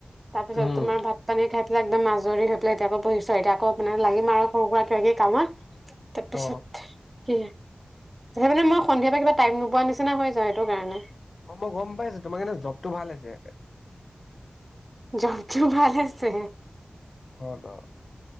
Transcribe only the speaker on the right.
তাৰপিছত
তোমাৰ ভাত পানী খাই পেলাই একদম মাজ <unintelligible> এতিয়া আকৌ মানে লাগিম আৰু। সৰু সুৰা কিবা কিবি কামত। তাৰপিছত
কি? হেৰি মানে মই সন্ধিয়াৰ পৰা কিবা টাইম নোপোৱা নিচিনা হৈ যাওঁ সেইটো কাৰণে।
জবটো ভাল আছে।